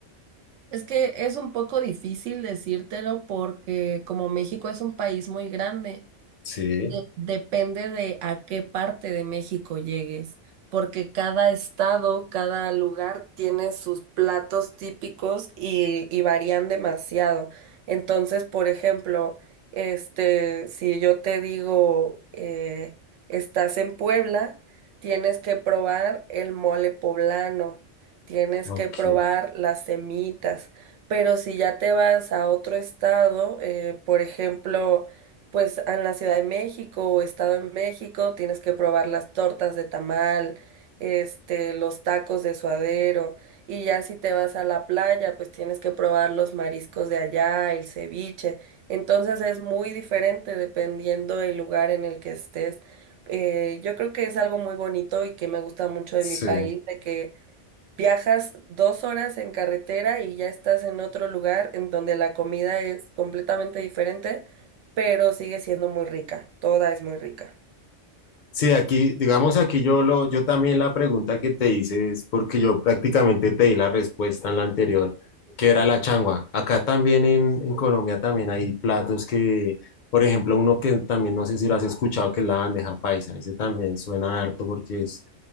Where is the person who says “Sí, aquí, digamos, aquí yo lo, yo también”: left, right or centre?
Left